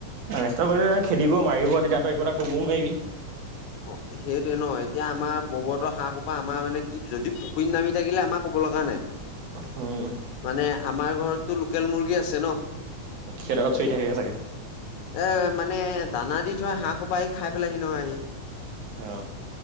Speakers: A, on the right; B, on the left.
A: নষ্ট কৰিলে খেদিব মাৰিব তেতিয়াতো একো এটা ক'বও নোৱাৰিবি
B: অ সেইটোৱে ন এতিয়া আমাৰ ববহতৰ হাঁহ সোপা আমাৰ মানে কি যদি পুখুৰীত নামি থাকিলে আমাক ক'ব লগা নাই
A: উম
B: মানে আমাৰ ঘৰতটো লোকেল মুৰ্গী আছে ন
A: সেহঁতৰ ঘৰত চৰি থাকেগে চাগে
B: এ মানে দানা দি থয় হাঁহ সোপা আহি খাই পেলাইহি নহয়
A: অ